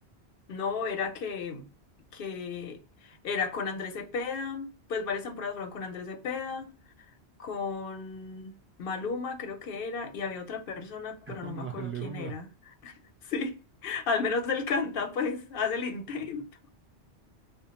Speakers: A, on the left (about 60°); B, on the right (about 20°).
A: No, era que, que era con Andrés Cepeda, pues varias temporadas fueron con Andrés Cepeda, con Maluma creo que era, y había otra persona,
B: <laughs>
A: pero
B: Con
A: no me
B: Maluma.
A: acuerdo quién era. Sí, <laughs> al menos él canta, pues, hace el intento.